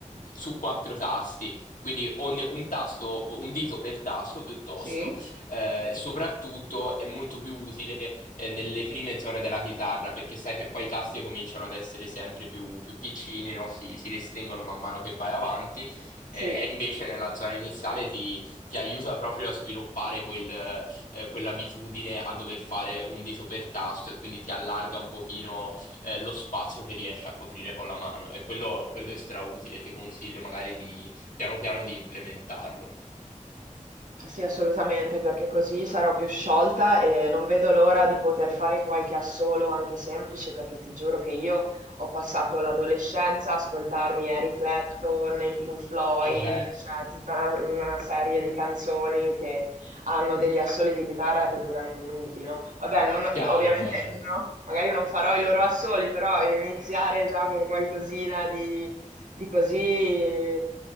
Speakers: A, on the left; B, on the right.
A: su quattro tasti, quindi ogni- un tasto, un dito per tasto piuttosto
B: sì?
A: Eh, soprattutto è molto più utile eh, nelle prime zone della chitarra perché sai che poi i tasti cominciano ad essere sempre più, più piccini, no? Si, si restringono man mano che vai avanti
B: Sì,
A: eh, e invece nella zona iniziale ti, ti aiuta proprio a sviluppare quel, eh, quell'abitudine a dover fare un dito per tasto e quindi ti allarga un pochino eh, lo spazio che riesci a coprire con la mano e quello, quello è strautile, ti consiglio magari di piano piano di implementarlo.
B: sì, assolutamente, perché così sarò più sciolta e non vedo l'ora di poter fare qualche assolo anche semplice, perché ti giuro che io ho passato l'adolescenza a ascoltarmi Eric Clapton, i Pink Floyd,
A: Ok,
B: cioè tutta una, una serie di canzoni che hanno degli assoli di chitarra che durano minuti, no? Vabbè, non-
A: chiaro,
B: ovviamente
A: chiaro.
B: no, magari non farò i loro assoli, però iniziare già con qualcosina di così eh,